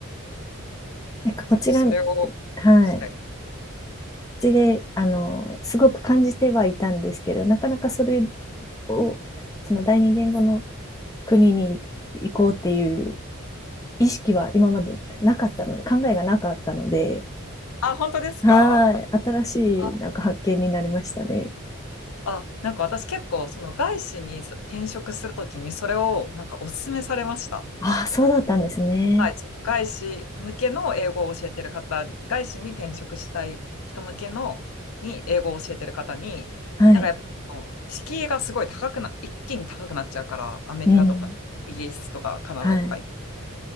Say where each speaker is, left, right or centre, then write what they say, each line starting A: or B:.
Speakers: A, on the left; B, on the left.
A: なんかこちら、
B: ちょっとそれを
A: はい。こっ
B: したい。
A: ちで、あの、すごく感じてはいたんですけど、なかなかそれを、その第二言語の国に行こうっていう意識は今までなかったので、考えがなかったので、
B: あ、本当ですか
A: はい。新しい、
B: あ
A: なんか発見になりましたね。
B: あ、なんか私結構その外資に転職するときにそれをなんかお勧めされました。
A: ああ、そうだったんですね。
B: はい、ちょっと外資向けの英語を教えてる方、外資に転職したい人向けのに英語を教えてる方に、
A: はい。
B: なんかやっぱあの敷居がすごい高くな、一気に高くなっちゃうから、アメリカとかイギリスとかカナダとか。
A: うん。はい。